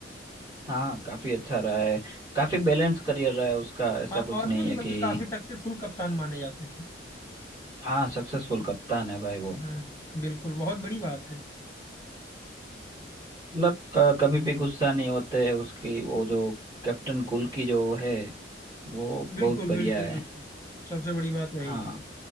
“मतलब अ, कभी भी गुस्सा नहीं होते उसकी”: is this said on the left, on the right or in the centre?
Right